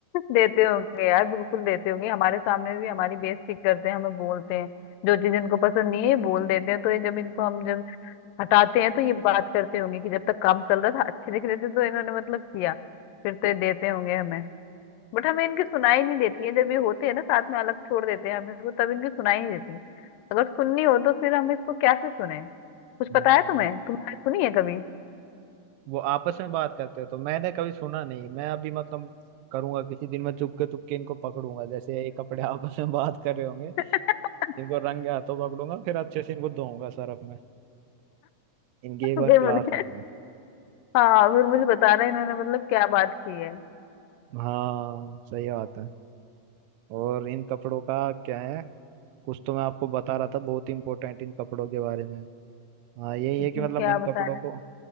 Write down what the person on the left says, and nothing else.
देते होंगे यार बिल्कुल देते होंगे हमारे सामने भी हमारी बेइज्जती करते हैं हमें बोलते हैं जो चीज इनको पसंद नहीं है ये बोल देते हैं तो ये जब इनको हम जब हटाते हैं तो ये बात करते होंगे कि जब तक काम चल रहा था अच्छे दिख रहे थे तो इन्होंने मतलब किया फिर तो ये देते होंगे हमें बट हमें इनकी सुनाई नहीं देती है जब ये होते हैं ना साथ में अलग छोड़ देते हैं हमें को तब इनकी सुनाई नहीं देती अगर सुननी हो तो फिर हम इसको कैसे सुने कुछ
पता है तुम्हें तुमने सुनी है कभी
<laughs>
फिर मुझे
हाँ फिर मुझे बता रहे इन्होंने मतलब क्या बात की है
<laughs>
क्या
बता
रहे